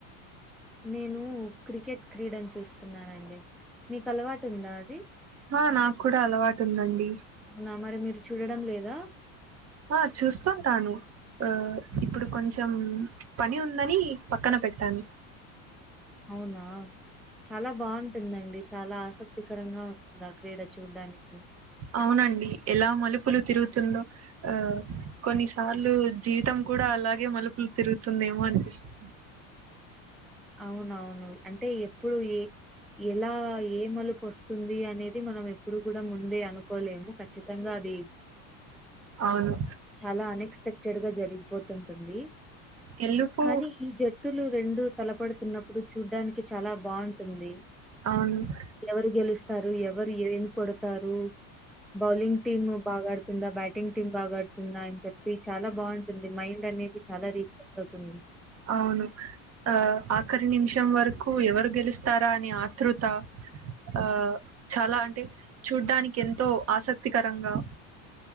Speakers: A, in the centre; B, on the right.
A: నేను క్రికెట్ క్రీడన్ చూస్తున్నానండి మీక్ అలవాటుందా అది
B: హా నాక్కూడా అలవాటుందండి.
A: అవునా మరి మీరు చూడడం లేదా
B: హా చూస్తుంటాను. ఆ ఇప్పుడు కొంచం పని ఉందని పక్కన పెట్టాను.
A: అవునా చాలా బాగుంటుందండి చాలా ఆశక్తికరంగా ఉంటుంది ఆ క్రీడ చూడ్డానికి.
B: అవునండి ఎలా మలుపులు తిరుగుతుందో ఆ కొన్నిసార్లూ జీవితం కూడా అలాగే మలుపులు తిరుగుతుందేమో అనిపిస్తుం
A: అవునవును అంటే ఎప్పుడు ఏ ఎలా ఏ మలుపొస్తుంది అనేది మనం ఎప్పుడు కూడా ముందే అనుకోలేము ఖచ్చితంగా అది
B: అవును
A: చాలా అనెక్సపెక్టెడ్ గా జరిగిపోతుంటుంది.
B: గెలుపు
A: కానీ ఈ జట్టులు రెండు తలపడుతున్నపుడు చూడ్డానికి చాలా బాగుంటుంది.
B: అవును
A: ఎవరు గెలుస్తారు ఎ ఎవరు ఏం కొడ్తారు బౌలింగ్ టీము బాగా ఆడ్ తుందా బ్యాటింగ్ టీమ్ బాగాడుతుందా అన్ చెప్పి చాలా బాగుంటుంది మైండ్ అనేది చాలా రీఫ్రెష్ అవు తుంది.
B: అవును ఆ ఆఖరి నిమిషం వరకు ఎవరు గెలుస్తారా అని ఆతృత ఆ చాలా అంటే చూడ్డానికి ఎంతో ఆసక్తికరంగా